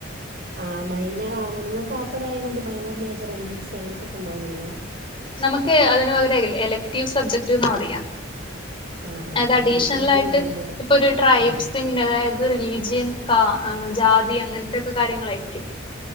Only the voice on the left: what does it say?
നമുക്ക് അതിന് പകരം എലക്റ്റീവ് സബ്ജക്ട് എന്ന് പറയാം
അത് അഡീഷണൽ
ആയിട്ട്
ഇപ്പോ ഒരു ട്രൈബ്സിന്റെ
അതായത് ത് റിലീജിയൻ കാ ജാതി അങ്ങനയത്തൊക്കെ കാര്യങ്ങളായിരിക്കും